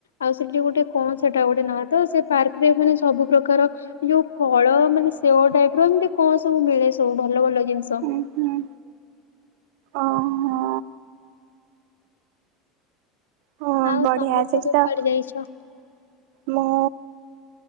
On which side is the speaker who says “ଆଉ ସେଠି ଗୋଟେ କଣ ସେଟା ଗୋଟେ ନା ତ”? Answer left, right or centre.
Left